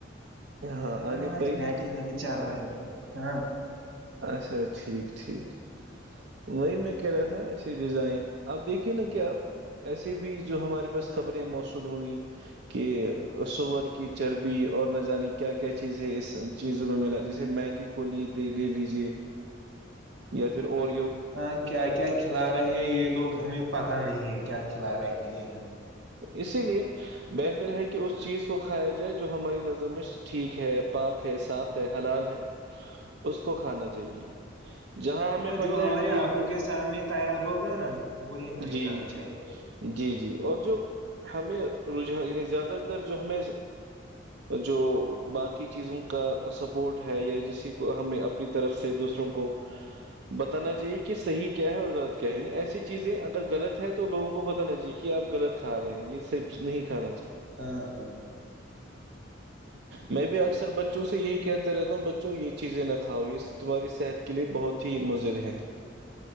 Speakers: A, on the right; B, on the right.
A: ہاں
B: میرا
A: انب
B: نا آج
A: بھائی
B: نیٹ ہی نہیں چل رہا ہے انا ہاں
A: اچھا ٹھیک ٹھیک وہی میں کہہ رہا تھا ایسی غذائیں آپ دیکھیے نا کیا ایسے بھی جو ہمارے پاس خبریں موصول ہوئئی کہ سور کی چربی اور نہ جانے کی کیا کیا چیزیں اس چیزوں میں ملا جیسے مینگی کو لیے لے لیجے یا پھر اور
B: ہاں کیا کیا کھلا رہے ہیں یہ لوگ ہمیں پتا نہیں ہے کیا کھلا رہے ہیں ہمیں
A: اسی لیے بہتر ہے کہ اس چیز کو کھایا جائے جو ہماری نظر میں ٹھیک ہے پاک ہے صاف ہے حلال ہے اس کو کھانا چاہیے جہاں ہمیں
B: ہاں
A: پتہ
B: جو
A: ہے
B: ہماری
A: کہ یہ
B: آنکھوں کے سامنے تیار ہوگا نا وہی ہمیں
A: جی
B: کھانا چاہیے
A: جی جی اور جو ہمیں رجحان یعنی زیادہ تر جو ہمیں جو باقی چیزوں کا سپورٹ ہے یا جسی کو ہمیں اپنی طرف سے دوسروں کو بتانا چاہیے کہ صحیح کیا ہے اور غلط کیا ہےعنی ایسی چیزیں اگر غلط ہے تو لوگوں کو بتانا چاہیے کہ آپ غلط کھا رہے ہیں یہ صرف نہیں کھاے
B: ہاں ہاں
A: میں بھی اکثر بچوں سے یہی کہتا رہتا ہوں بچوں یہ چیزیں نہ کھاؤ یہ تمہاری صحت کیلے بہت ہی مضر ہیں